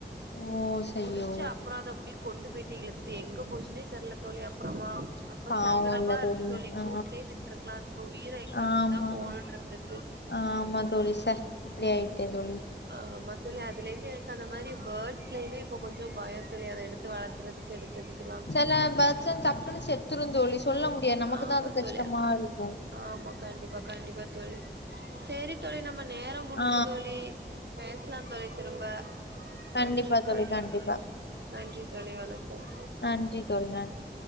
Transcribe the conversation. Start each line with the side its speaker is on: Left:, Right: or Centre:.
Left: ஓ! சய்யோ!
Right: புடிச்சு அப்பறம் அத அப்படி கொண்டு போயிட்டு இலுத்துட்டு எங்க போச்சுனே தெரியல தோழி அப்பறமா ரொம்ப
Left: பாவம்
Right: சங்கடமா
Left: இல்ல
Right: இருந்துச்சு தோழி
Left: ஆ.
Right: கூட்டுலயே விட்டிருக்கலாம் ஒரு உயிர எங்க
Left: ஆமா.
Right: இப்படிதான் போகணும்னு இருந்திருக்கு
Left: ஆமா தோழி இப்படி ஆயிட்டே தோழி
Right: ஆமா தோழி அதுல இருந்து எனக்கு அந்த மாதிரி பேர்ட் சிலயுமே இப்ப கொஞ்சோ பயம் தோழி அத எடுத்து வளர்க்கறதுக்கு எடுக்கிறதுக்கல்லா
Left: சில பேர்ட்ஸ் டக்குன்னு செத்துரும் தோழி சொல்ல முடியாது நமக்கு
Right: ஆமா
Left: தா அது கஷ்டமா
Right: தோழி
Left: இருக்கு
Right: ஆமா கண்டிப்பா கண்டிப்பா தோழி செ ரி தோழி நம்ம நேரம் முடிஞ்சு
Left: ஆ,
Right: தோழி பேசுலாம் தோழி திரும்ப
Left: கண்டிப்பா
Right: நன்றி தோழி
Left: கண்டிப்பா.
Right: நன்றி தோழி வணக்கம்
Left: நன்றி தோழி நன்றி